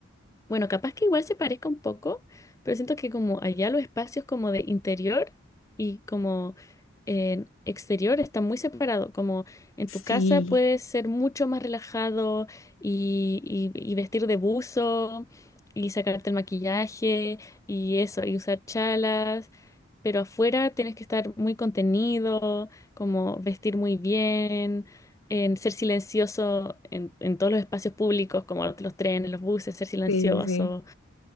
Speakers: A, on the left; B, on the left.
A: Bueno, capaz que igual se parezca un poco, pero siento que como allá los espacios como de interior y como en exterior están muy separados. Como en
B: Sí,
A: tu casa puedes ser mucho más relajado y, y- y vestir de buzo y sacarte el maquillaje y eso, y usar chalas, pero afuera tienes que estar muy contenido, como vestir muy bien en ser silencioso en, en todos los espacios públicos, como los, los trenes, los buses, ser silencioso.
B: sí, sí, sí.